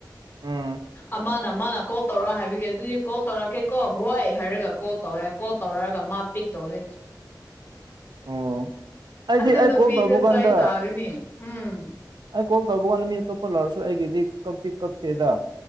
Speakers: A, on the right; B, on the left.
A: ꯎꯝ
B: ꯑꯃꯅ ꯃꯥꯅ ꯀꯣꯜ ꯇꯧꯔꯛ ꯍꯥꯏꯕꯤꯒꯦ ꯑꯗꯨꯗꯤ ꯀꯣꯜ ꯇꯧꯔꯛꯀꯦꯀꯣ ꯍꯏ ꯍꯥꯏꯔꯒ ꯀꯣꯜ ꯇꯧꯋꯦ ꯀꯣꯜ ꯇꯧꯔꯛꯑꯒ ꯃꯥ ꯄꯤ ꯇꯗ
A: ꯑꯣ ꯑꯩꯗꯤ
B: ꯑꯗꯨ
A: ꯑꯩ
B: ꯅꯨꯄꯤꯗ
A: ꯀꯣꯜ ꯇꯧꯕ ꯀꯥꯟꯗ
B: ꯆꯥꯏ ꯆꯥꯒꯅꯤ ꯎꯝ
A: ꯑꯩ ꯀꯣꯜ ꯇꯧꯕ ꯀꯥꯟꯗ ꯃꯤ ꯑꯇꯣꯞꯄ ꯂꯥꯛꯔꯁꯨ ꯑꯩꯒꯤꯗꯤ ꯀꯛꯇꯤ ꯀꯛꯇꯦꯗ